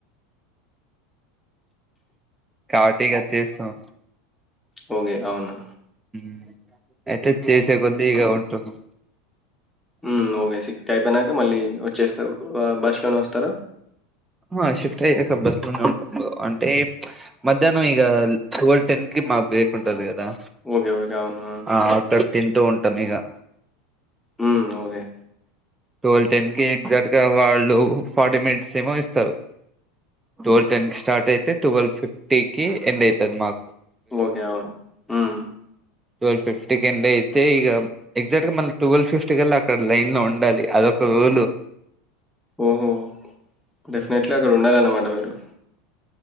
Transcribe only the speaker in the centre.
ఓగే అవును.
మ్మ్ ఓగే సిక్స్ కైపేనక ఇగ మళ్ళీ వచ్చేస్తారు బస్ లోనే వస్తారా
ఓకే. ఓకే. అవును.
హుమ్ ఓకే
ఓకే అవును. మ్మ్
ఓహో డెఫినెట్లీ అక్కడ ఉండాలన్నమాట మేం టు